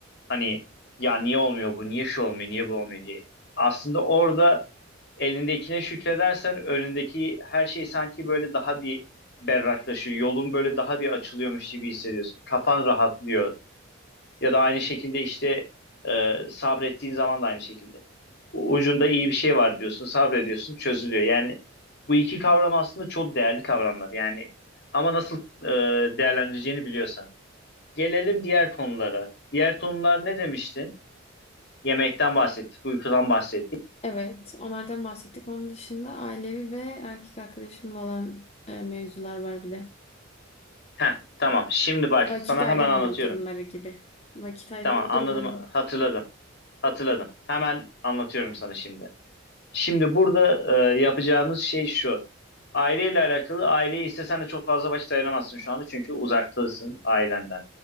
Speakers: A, on the left; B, on the left.
A: Hani ya niye olmuyor bu, niye şu olmuyor, niye bu olmuyor diye. Aslında orada elindekine şükredersen önündeki her şey sanki böyle daha bir berraklaşıyor. Yolun böyle daha bir açılıyormuş gibi hissediyorsun. Kafan rahatlıyor. Ya da aynı şekilde işte e, sabrettiğin zaman da aynı şekilde ucunda iyi bir şey var diyorsun, sabrediyorsun, çözülüyor. Yani bu iki kavram aslında çok değerli kavramlar. Yani ama nasıl e, değerlendireceğini biliyorsan. Gelelim diğer konulara. Diğer konular ne demiştin? Yemekten bahsettik, uykudan bahsettik.
B: Evet, onlardan bahsettik. Onun dışında ailevi ve erkek arkadaşımla olan e, mevzular var bir de.
A: Heh, tamam. Şimdi bak
B: Vakit
A: sana
B: ayıramama
A: hemen anlatıyorum.
B: durumları gibi. Vakit ayıramama
A: Tamam, anladım,
B: durumları gibi.
A: hatırladım. Hatırladım. Hemen anlatıyorum sana şimdi. Şimdi burada e, yapacağımız şey şu. Aileyle alakalı aileye istesen de çok fazla vakit ayıramazsın şu anda çünkü uzaktasın ailenden.